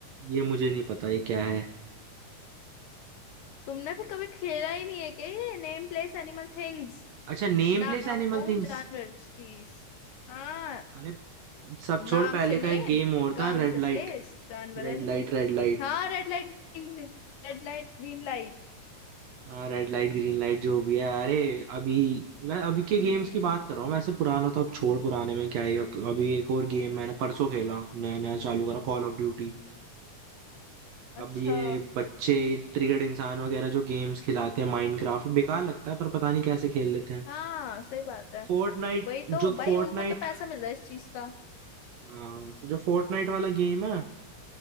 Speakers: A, on the right; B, on the left.
A: ये मुझे नहीं पता ये क्या है
B: तुमने फिर कभी खेला ही नहीं है क्या ये नेम प्लेस एनिमल थिंग्स
A: अच्छा नेम
B: नाम
A: प्लेस एनिमल
B: गाँव
A: थिंग्स
B: जानवर चीज हाँ
A: अरे सब
B: नाम
A: छोड़ पहले
B: से नेम
A: का एक गेम और
B: गाँव
A: था रेड
B: से प्लेस
A: लाइट
B: जानवर
A: रेड
B: एनिमल
A: लाइट रेड लाइट
B: हाँ रेड लाइट green red light green light
A: हाँ रेड लाइट ग्रीन लाइट जो भी है अरे अभी मैं अभी के गेम्स
B: हम्म
A: की बात कर रहा हूँ वैसे पुराना तो अब छोड़ पुराने में क्या ही अब अभी एक और गेम मैंने परसों खेला नया नया चालू करा कॉल ऑफ ड्यूटी
B: अच्छा
A: अब ये बच्चे ट्रिगर्ड इंसान वगैरह जो गेम्स खिलाते हैं माइनक्राफ्ट बेकार लगता है पर पता नहीं कैसे खेल लेते हैं
B: हाँ सही बात है
A: फोर्टनाइट
B: वही तो
A: जो
B: भाई
A: फोर्टनाइट
B: उनको तो पैसा मिल रहा है इस चीज का
A: हाँ, जो फोर्टनाइट वाला गेम है